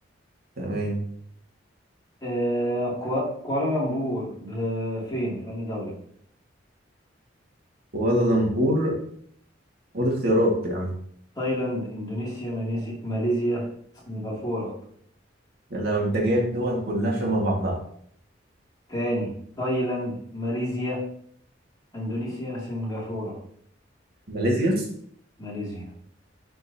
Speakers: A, on the right; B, on the left.
A: تمام
B: آه، كوا- كوالالمبور ب- فين في أنهي دولة
A: ولا لمبور قول اختيارات يا عم
B: تايلاند إندونيسيا ماليزي- ماليزيا سنغافورة
A: يا لو أنت جايب دول كلها شبه بعضها
B: تاني تايلاند ماليزيا إندونيسيا سنغافورة
A: ماليزيا
B: ماليزيا